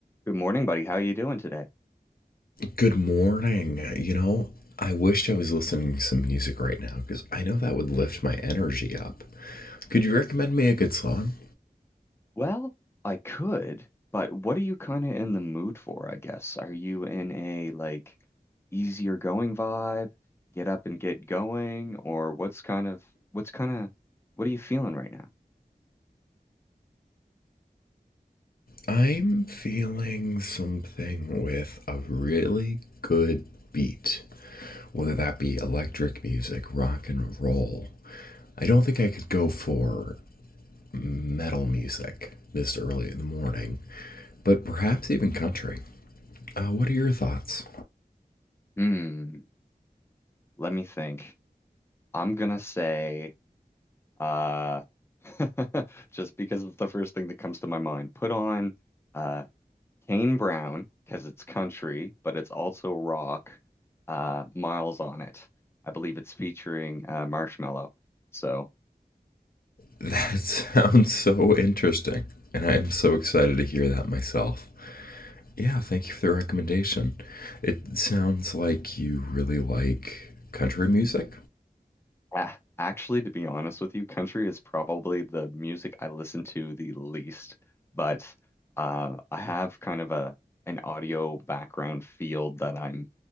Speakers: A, on the left; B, on the left.
A: Good morning, buddy. How you doing today?
B: Good morning. You know, I wished I was listening to some music right now because I know that would lift my energy up. Could you recommend me a good song?
A: Well, I could, but what are you kind of in the mood for, I guess? Are you in a like easier going vibe, get up and get going, or what's kind of what's kind of what are you feeling right now?
B: I'm feeling something with a really good beat, whether that be electric music, rock and roll. I don't think I could go for metal music this early in the morning, but perhaps even country. Uh, what are your thoughts?
A: Hmm, let me think. I'm gonna say uh <laughs> just because it's the first thing that comes to my mind. Put on uh Kane Brown, because it's country, but it's also rock, uh, Miles on it. I believe it's featuring uh, Marshmello. So,
B: That <laughs> sounds so interesting. And I am so excited to hear that myself. Yeah, thank you for the recommendation. It sounds like you really like country music.
A: ah, actually, to be honest with you, country is probably the music I listen to the least, but uh, I have kind of a an audio background field that I'm